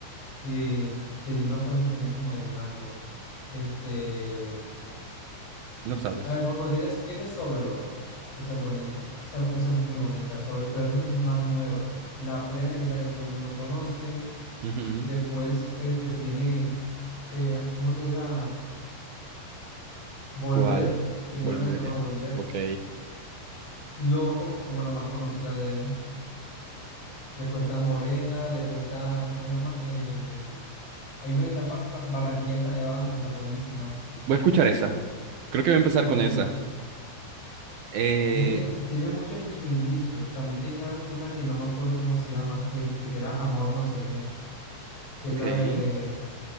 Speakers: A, on the left; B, on the right.
A: que, que tiene una frase tenía como de mango. Este,
B: no sabes.
A: a ver, por ejemplo, tiene, tiene Sober Love, esa es bonita, esa, esa es muy bonita, Sober- pero esa es más nueva. La plena, que es la que todo el mundo conoce.
B: Ujú.
A: Después, este, tiene eh, uno que era Volver,
B: ¿Cuál?
A: tenía
B: Volver.
A: una que se llama Volver,
B: Ok.
A: Loco, que es como la más conocida de él. Después está Morena, después está, ¿cómo se llama? El- hay una que se llama Ca- Barranquilla está nevando, esa es buenísima,
B: Voy a escuchar esa. Creo que voy a empezar
A: esa es buenísima.
B: con esa. Eh,
A: Es que tiene, tiene muchas en sus inicios. También tenía una que no me acuerdo cómo se llama, este, que era Amor no sé qué, que es
B: Ok,
A: la
B: está
A: de